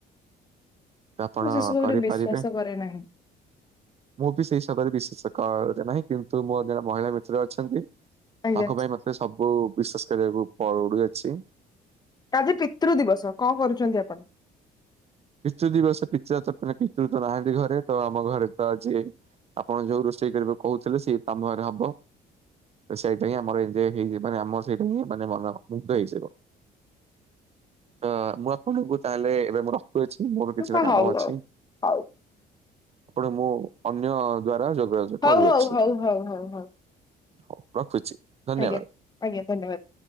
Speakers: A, on the right; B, on the left.
A: ତ ଆପଣ
B: ମୁଁ ସେସବୁରେ
A: କରିପାରିବେ।
B: ବିଶ୍ଵାସ କରେ ନାହିଁ।
A: ମୁଁ ବି ସେଇ ସମୟରେ ବିଶେଷକରେ ନାହିଁ କିନ୍ତୁ ମୋର ଜଣେ ମହିଳା ମିତ୍ର ଅଛନ୍ତି।
B: ଆଜ୍ଞା
A: ତାଙ୍କ ପାଇଁ ମତେ ସବୁ ବିଶ୍ଵାସ କରିବାକୁ ପଡୁଅଛି।
B: ଆଜି ପିତୃ ଦିବସ କଣ କରୁଛନ୍ତି ଆପଣ?
A: ପିତୃ ଦିବସ ପିତ <unintelligible> ପିତୃ ତ ନାହାଁନ୍ତି ଘରେ ତ ଆମ ଘରେ ତ ଆଜି ଆପଣ ଯୋଉ ରୋଷେଇ କରିବାକୁ କହୁଥିଲେ ସେଇ ତମ ଘରେ ହବ, ତ ସେଇଟା ହିଁ ଆମର ଏଇ ଯେ ହେଇଚି ମାନେ ଆମର ସେଇଟା ହିଁ ମାନେ ମନ ମୁଗ୍ଧ ହେଇଯିବ। ତ ମୁଁ ଆପଣଙ୍କୁ ତାହେଲେ ଏବେ ମୁଁ ରଖୁଅଛି ମୋର କିଛିଟା
B: ହଉ
A: କାମ
B: ହଉ
A: ଅଛି।
B: ହଉ
A: ଆପଣ ମୁଁ ଅନ୍ୟ ଦ୍ଵାରା ଯୋଗାଯୋଗ
B: ହଉ
A: କରୁଅଛି।
B: ହଉ ହଉ ହଉ ହଉ ହଉ
A: ହଉ ରଖୁଛି। ଧନ୍ୟବାଦ।
B: ଆଜ୍ଞା, ଆଜ୍ଞା ଧନ୍ୟବାଦ୍।